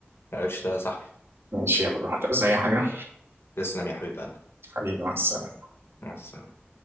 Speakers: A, on the left; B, on the right.
A: عشت يا صاحبي
B: ماشي يا برو هتعوز اي حاجه
A: تسلم يا حبيب قلبي
B: حبيبي مع السلامه
A: مع السلامه